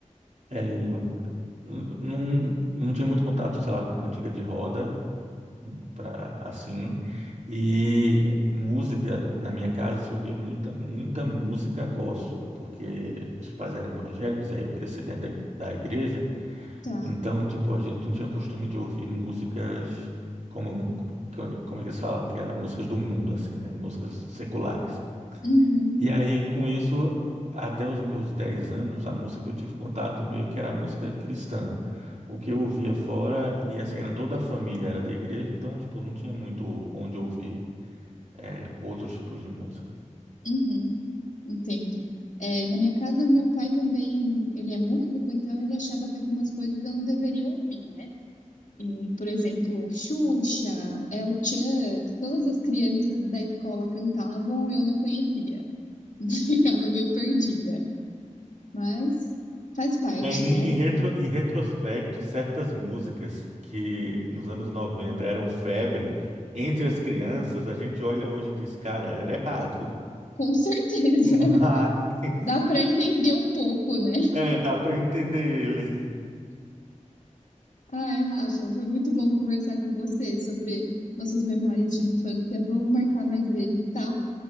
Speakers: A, on the right (about 65°); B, on the left (about 75°).
A: é, n- não, não tinha muito contato, sei lá, com cantiga de roda. para assim. E música, na minha casa, se ouvia muita, muita música gospel, porque os pais eram evangélicos, aí eu cresci dentro da, da igreja,
B: Tá.
A: então, tipo, a gente não tinha costume de ouvir músicas como, como é que eles falavam, que era músicas do mundo, assim, né? Músicas seculares.
B: Uhum,
A: E aí, com isso, até os meus 10 anos, a música que eu tive contato meio que era música cristã. O que eu ouvia fora, e assim, era toda a família, era da igreja, então, tipo, não tinha muito onde ouvir é, outros tipos de música.
B: uhum. Entendo. É, na minha casa, o meu pai também, ele é músico, então ele achava que algumas coisas eu não deveria ouvir, né? E, por exemplo, Xuxa, El Chuck, todas as crianças da escola cantavam, eu não conhecia. <laughs> Ficava meio perdida. Mas faz parte,
A: É, Em,
B: né?
A: em retro- em retrospecto, certas músicas que nos anos 90 eram febre entre as crianças, a gente olha hoje e diz, cara, era errado.
B: Com certeza.
A: Mas
B: <laughs>
A: <laughs>
B: Dá para entender um pouco, né?
A: é, dá para entender
B: Ai, Rafa, foi muito bom conversar com você sobre nossas memórias de infância. Vamos marcar mais vezes, tá?